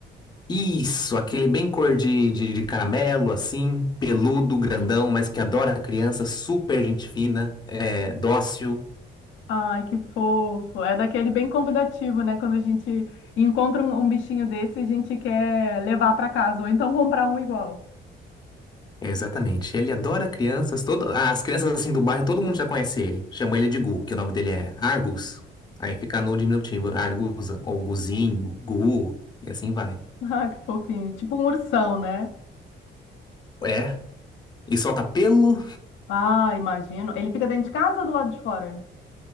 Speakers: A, on the left; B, on the left.
A: isso, aquele bem cor de, de, de caramelo assim, peludo, grandão, mas que adora criança, super gente fina, é dócil.
B: Ai, que fofo. É daquele bem convidativo, né? Quando a gente encontra um, um bichinho desse, a gente quer levar para casa, ou então comprar um igual. <laughs>
A: Exatamente. Ele adora crianças. Todo... As crianças assim do bairro, todo mundo já conhece ele. Chama ele de Gu, que o nome dele é Argus. Aí fica no diminutivo, Argusa, ou Guzinho, Gu, e assim vai.
B: Ah, que fofinho. Tipo um ursão, né?
A: É. E solta pelo.
B: Ah, imagino. Ele fica dentro de casa ou do lado de fora?